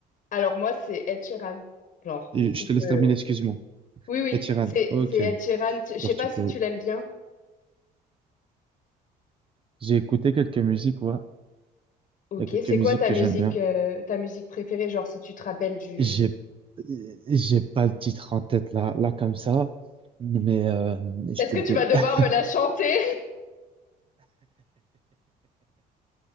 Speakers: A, on the left (about 55°); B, on the right (about 30°).
A: alors moi c'est Ed Sheeran, genre.
B: Et Je te laisse
A: euh,
B: terminer, excuse-moi.
A: Oui, oui,
B: Et Tiran,
A: c'est
B: ok.
A: c'est Ed Sheeran. Je sais
B: Genre
A: pas
B: tu
A: si
B: peux.
A: tu l'aimes bien.
B: J'ai écouté quelques musiques, ouais.
A: Ok,
B: Il y a quelques
A: c'est
B: musiques
A: quoi ta
B: que
A: musique
B: j'aime bien.
A: euh, ta musique préférée, genre si tu te rappelles du...
B: J'ai, j'ai pas le titre en tête là, là comme ça, mais euh, je
A: Est-ce
B: peux
A: que
B: te
A: tu vas
B: donner.
A: devoir
B: <laughs>
A: me la chanter?